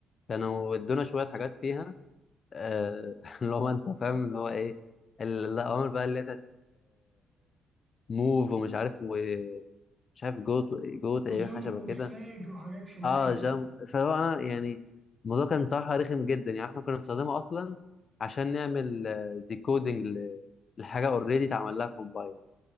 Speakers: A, on the left (about 45°); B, on the right (about 30°).
A: كانوا ادونا شويه حاجات فيها آه <laughs> اللي هو انت فاهم اللي هو ايه ال- الاوامر بقى اللي هي موف ومش عارف ومش عارف جو جو تقريبا
B: وجامبو
A: حاجه شبه
B: وفلاج
A: كده
B: وحاجات فلاج
A: اه
B: و-
A: جام فهو انا يعني الموضوع كان بصراحه رخم جدا يعني احنا كنا بنستخدمه اصلا عشان نعمل ديكودنج لحاجه اوريدي اتعمل لها كومبايل